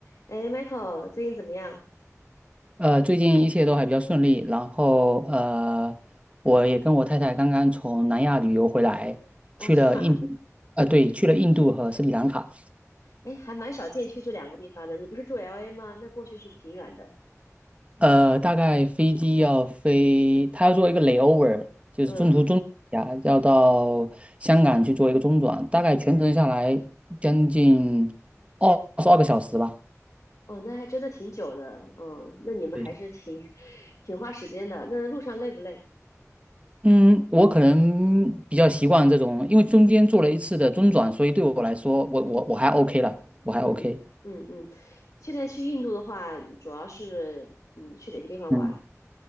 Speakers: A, on the left; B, on the right.
A: 哎，Michael，最近怎么样
B: 呃，最近一切都还比较顺利，然后呃，我也跟我太太刚刚从南亚旅游回来，
A: 啊？
B: 去了印，
A: 是吗？
B: 呃，对，去了印度和斯里兰卡，
A: 哎，还蛮少见去这两个地方的。你不是住 LA 吗？那过去是不是挺远的？
B: 呃，大概飞机要飞，他要做一个 layover，就是中途中呀，
A: 嗯，
B: 要到香港去做一个中转，大概全程下来将近二十二个小时吧。
A: 哦，那还真的挺久的。嗯，那你们还是挺
B: 对。
A: <laughs> 挺花时间的。那路上累不累？
B: 嗯，我可能比较习惯这种，因为中间做了一次的中转，所以对我来说，我我我还 OK 了，我还
A: 嗯嗯嗯。
B: OK。
A: 现在去印度的话，主要是嗯去哪些地方玩儿？
B: 嗯